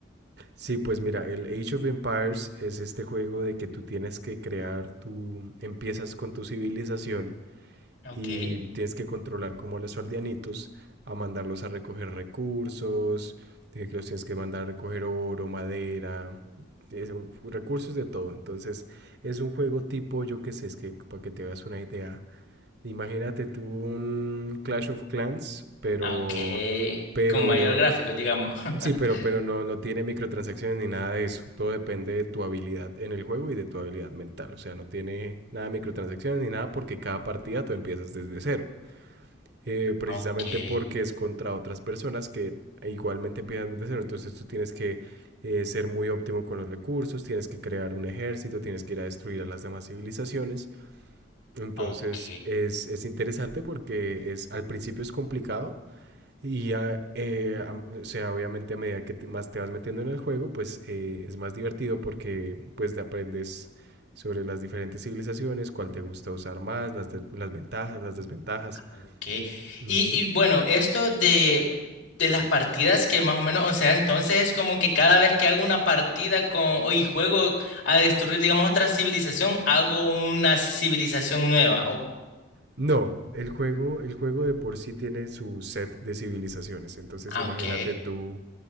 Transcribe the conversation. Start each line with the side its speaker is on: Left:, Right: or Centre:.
Right: Sí, pues mira, el Age of Empires es este juego de que tú tienes que crear tu, empiezas con tu civilización
Left: Ok,
Right: y tienes que controlar como a los aldeanitos, a mandarlos a recoger recursos, eh, que los tienes que mandar a recoger oro, madera, es- recursos de todo. Entonces, es un juego tipo, yo qué sé, es que para que te hagas una idea, imagínate tú un Clash of Clans, pero,
Left: ah, ok,
Right: pero
Left: con mayor
Right: eh,
Left: gráfico, digamos. <laughs>
Right: Sí, pero, pero no, no tiene microtransacciones ni nada de eso. Todo depende de tu habilidad en el juego y de tu habilidad mental. O sea, no tiene nada de microtransacciones ni nada porque cada partida tú empiezas desde cero. Eh, precisamente
Left: Ah, Ok,
Right: porque es contra otras personas que igualmente empiezan desde cero. Entonces tú tienes que eh, ser muy óptimo con los recursos, tienes que crear un ejército, tienes que ir a destruir a las demás civilizaciones. Entonces
Left: ah, ok,
Right: es, es interesante porque es, al principio es complicado y ya, eh, am- o sea, obviamente a medida que te- más te vas metiendo en el juego, pues eh, es más divertido porque pues te aprendes sobre las diferentes civilizaciones, cuál te gusta usar más, las, de- las ventajas, las desventajas.
Left: ok. Y,
Right: Ujú.
Left: y bueno, esto de, de las partidas que más o menos, o sea, entonces es como que cada vez que hago una partida con, o y juego a destruir, digamos, otra civilización, hago una civilización nueva. Oh,
Right: No, el juego, el juego de por sí tiene su set de civilizaciones. Entonces,
Left: ah,
Right: imagínate
Left: ok.
Right: tú,